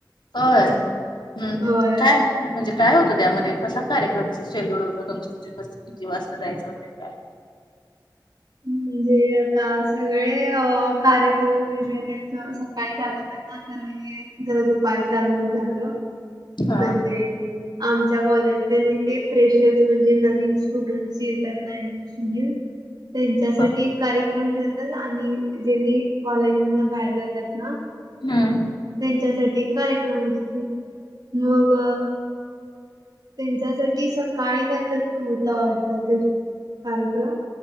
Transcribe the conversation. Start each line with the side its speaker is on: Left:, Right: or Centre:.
Left: होय! हम्म
Right: होय
Left: ह्. काय? म्हणजे काय होतं त्यामध्ये कसा कार्यक्रमच शेड्युल होतं? तुम <unintelligible> किती वाजता जायचं वगैरे काय?
Right: म्हणजे आता सगळे अं कार्यक्रम युजुअली असं अं सकाळी चालत <unintelligible> जर दुपारी चालू झालं
Left: हा
Right: म्हणजे आमच्या कॉलेज <unintelligible> ते फ्रेशर्स म्हणजे नवीन स्टुडंट्स येतात ना, ऍडमिशन घेऊन त्यांच्यासाठी
Left: हा
Right: एक कार्यक्रम ठेवतात आणि जे नी कॉलेजमधन बाहेर जातात ना
Left: हम्म.
Right: त्यांच्यासाठी कार्यक्रम असतो, मग
Left: हं
Right: त्यांच्यासाठी सकाळी काय तर होता वाटतं, ते कार्यक्रम.